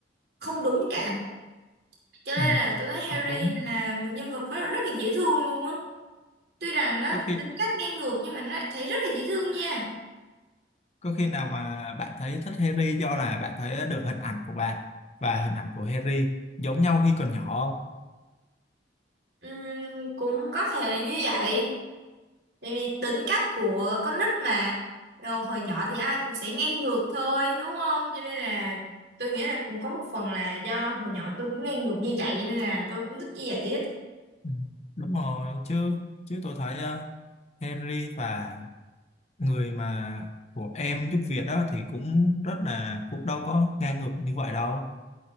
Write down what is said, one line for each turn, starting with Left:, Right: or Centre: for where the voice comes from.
Right: không đúng cả cho nên
Left: Ừ,
Right: là tôi thấy Harry
Left: cũng đúng.
Right: là một nhân vật rất, rất là dễ thương luôn á tuy rằng nó
Left: Có khi
Right: tính cách ngang ngược nhưng mà nó lại thấy rất là dễ thương nha
Left: Có khi nào mà bạn thấy thích Harry do là bạn thấy ờ, được hình ảnh của bạn và hình ảnh của Harry giống nhau khi còn nhỏ không?
Right: Ừm, cũng có thể là như vậy tại vì tính cách của con nít mà Rồi, hồi nhỏ thì ai cũng sẽ ngang ngược thôi đúng không cho nên là tôi nghĩ là cũng có một phần là do hồi nhỏ tôi cũng ngang ngược như vậy cho nên là tôi cũng thích như vậy á
Left: Ừ, Đúng rồi, chứ chứ tôi thấy ờ, Harry và người mà của em giúp việc đó thì cũng rất là cũng đâu có ngang ngược như vậy đâu.